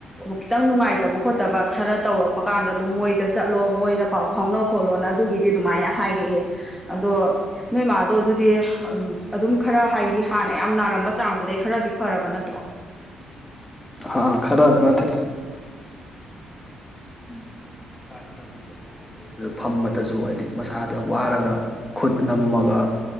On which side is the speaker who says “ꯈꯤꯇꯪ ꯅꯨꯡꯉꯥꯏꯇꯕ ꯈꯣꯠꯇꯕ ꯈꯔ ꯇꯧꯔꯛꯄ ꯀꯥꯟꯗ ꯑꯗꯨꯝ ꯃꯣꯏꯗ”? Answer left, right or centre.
Centre